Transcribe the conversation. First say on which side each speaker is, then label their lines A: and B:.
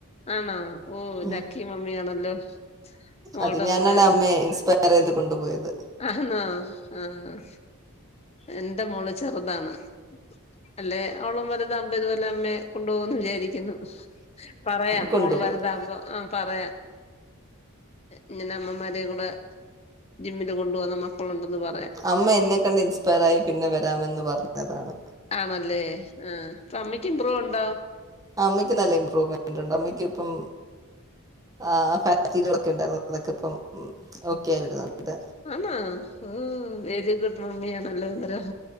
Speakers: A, on the left; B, on the right.
A: ആണോ ഓഹ്
B: ഉം
A: ലക്കി മമ്മിയാണല്ലോ മോൾടെ
B: അത് ഞാനാണ്
A: കൂടെ
B: അമ്മയെ ഇൻസ്പയറെയ്ത് കൊണ്ടു പോയത്
A: ആന്നോ ആഹ് എന്റെ മോള് ചെറുതാണ് അല്ലേ അവളും വലുതാ ഇതുപോലെ അമ്മേ കൊണ്ടു പോവുന്ന് വിചാരിക്കുന്നു പറയാം
B: കൊണ്ടുപോകും
A: മോൾ വലുതാകുമ്പോ പറയാം ഇങ്ങനെ അമ്മമാരെ കൂടേ ജിമ്മിന് ന് കൊണ്ട് പോകുന്ന മക്കളുണ്ടെന്ന് പറ
B: അമ്മ എന്നെ കണ്ട് ഇൻസ്പയർ ആയി പിന്നെ വരാമെന്ന് പറഞ്ഞതാണ്
A: ആണല്ലേ ആ അപ്പൊ അമ്മയ്ക്ക് ഇമ്പ്രൂവ് ഉണ്ടോ
B: അമ്മക്ക് നല്ല ഇമ്പ്രൂവ്മെന്റ് ഉണ്ട് അമ്മക്ക് ഇപ്പം ആഹ് ഫാറ്റിലിവറൊക്കെ ഉണ്ടായിരുന്നു അതൊക്കെ ഇപ്പം ഓക്കെ ആയി വരുന്നുണ്ട്
A: ആണോ ഹും വെരി ഗുഡ് മമ്മിയാണല്ലോ അന്നേരം